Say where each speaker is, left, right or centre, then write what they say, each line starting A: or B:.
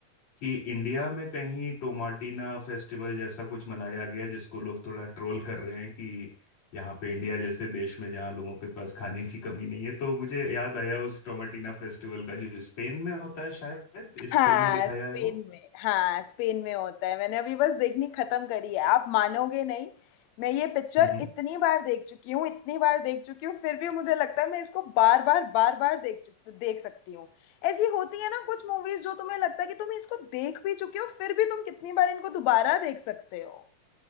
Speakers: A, on the left; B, on the left.
A: कि इंडिया में कहीं टोमाटिना फेस्टिवल जैसा कुछ मनाया गया जिसको लोग थोड़ा ट्रोल कर रहे हैं कि यहाँ पे इंडिया जैसे देश में जहाँ लोगों के पास खाने की कमी नहीं है तो मुझे याद आया उस टोमाटिना फेस्टिवल का जो स्पेन में होता है शायद इस
B: हाँ
A: फिल्म में दिखाया
B: स्पेन
A: है वो
B: में हाँ स्पेन में होता है मैंने अभी बस देखनी खत्म करी है आप मानोगे नहीं मैं ये पिक्चर
A: हम्म हम्म।
B: इतनी बार देख चुकी हूँ इतनी बार देख चुकी हूँ फिर भी मुझे लगता है मैं इसको बार बार बार बार देख चुक देख सकती हूँ ऐसी होती है ना कुछ मूवीज जो तुम्हें लगता है कि तुम इसको देख भी चुके हो फिर भी तुम कितनी बार इनको दोबारा देख सकते हो